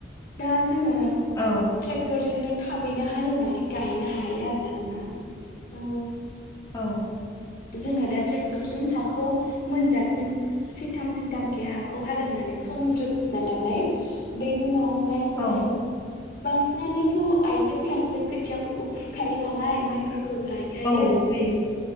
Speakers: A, on the left; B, on the left.
A: दा जोङो
B: औ
A: ट्रेक्टरजोंनो थाबैनो हालेवनानै गायनो हायो आरो ना नों थां बा
B: औ
A: जोङो दा ट्रेक्टरजों हाखौ मोनजासिम सैथाम सैथामखे हाखौ हालेवनानै फोमोनग्रोजोबनानै लाबाय बेनि उनाव हाय जोङो
B: औ
A: बांसिनानोथ' आइजोफोरासो खोथियाफोरखौ फुखायो ना लाय माइफोरखौ गायखायो
B: औ फैयो